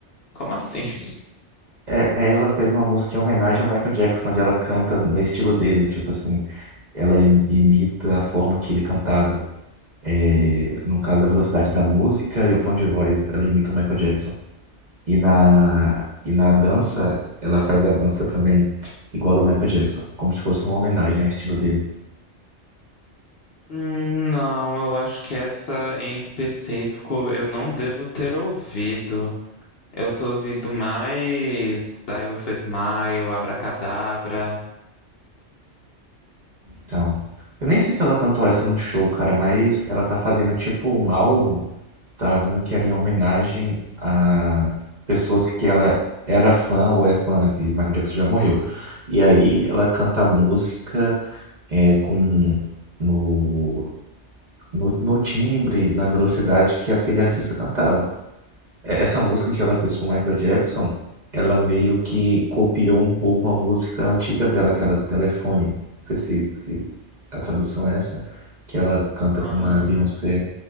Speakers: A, on the left (about 55°); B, on the right (about 40°).
A: como assim? <laughs>
B: É, é, ela fez uma música em homenagem ao Michael Jackson, onde ela canta no estilo dele, tipo assim, ela im- imita a forma que ele cantava. É, no caso, a velocidade da música e o tom de voz, ela imita o Michael Jackson. E na, e na dança, ela faz a dança também igual ao Michael Jackson, como se fosse uma homenagem ao estilo dele.
A: Hum, Não, eu acho que essa em específico eu não devo ter ouvido. Eu tô ouvindo mais Die With A Smile, Abracadabra.
B: Então, eu nem sei se ela cantou essa no show, cara, mas ela tá fazendo tipo um álbum, tá vendo que era em homenagem a pessoas que ela era fã ou é fã, né, que Michael Jackson já morreu. E aí ela canta música é, com no, no, no timbre, na velocidade que aquele artista cantava. É, Essa música que ela fez com o Michael Jackson, ela meio que copiou um pouco a música antiga dela, aquela do telefone. Não sei se, se a tradução é essa, que ela canta
A: Ah,
B: com a Beyoncé.